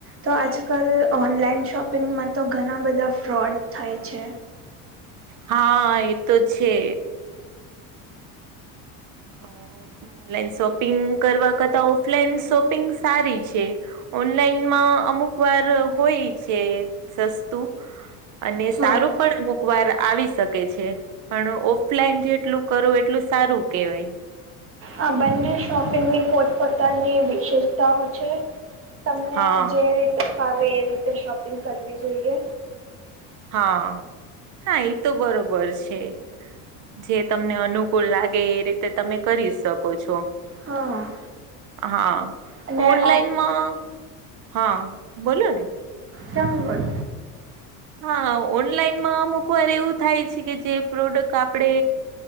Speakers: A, on the right; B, on the right.
A: તો આજકાલ ઓનલાઈન શોપિંગમાં તો ઘણા બધા ફ્રોડ થાય છે.
B: હા એ તો છે. ઓનલાઈન શોપિંગ કરવા કરતા ઓફલાઈન શોપિંગ સારી છે ઓનલાઈનમાં અમુક વાર હોય છે સસ્તું અને
A: હા
B: સારું પણ અમુક વાર આવી શકે છે પણ ઓફલાઈન જેટલું કરું એટલું સારું કહેવાય
A: આ બંને શોપિંગની પોતપોતાની વિશેષતાઓ છે તમને
B: હા
A: જે રીતે ફાવે એ રીતે શોપિંગ કરવી જોઈએ.
B: હા, ના એ તો બરોબર છે. જે તમને અનુકૂળ લાગે એ રીતે તમે કરી શકો છો.
A: હા.
B: હા
A: અને
B: ઓનલાઈનમાં
A: ઓફ
B: હા બોલોને.
A: જંગલ,
B: હા ઓનલાઈનમાં અમુકવાર એવું થાય છે, કે જે પ્રોડક્ટ આપડે.